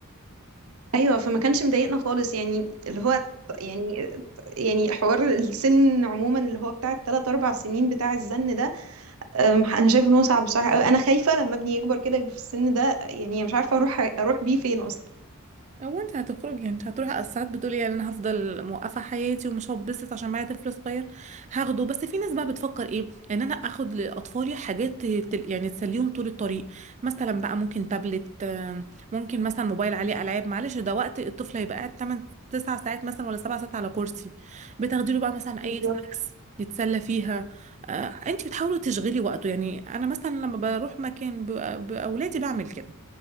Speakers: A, on the right (about 75°); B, on the right (about 35°).
A: ايوه فما كانش مضايقنا خالص يعني اللي هو ط- يعني يعني حوار السن عموما اللي هو بتاع الثلاث اربع سنين بتاع الزن ده أم، انا شايف ان هو صعب بصراحه قوي انا خايفه لما ابني يكبر كده يبقى في السن ده يعني مش عارفه اروح اروح بيه فين اصلا
B: هو انت هتخرجي انت هتروحي ساعات بتقولي يعني انا هفضل موقفه حياتي ومش هتبسط عشان معايا طفل صغير هاخده بس في ناس بقى بتفكر ايه ان انا اخد لاطفالي حاجات تل- يعني تسليهم طول الطريق مثلا بقى ممكن تابلت آم، ممكن مثلا موبايل عليه العاب معلش ده وقت الطفل هيبقى قاعد 8 9 ساعات مثلا ولا 7 ساعات على كرسي بتاخدي له بقى مثلا
A: بالظبط
B: اي سناكس يتسلى فيها آه، انت بتحاولي تشغلي وقته يعني انا مثلا لما بروح مكان بأ- باولادي بعمل كده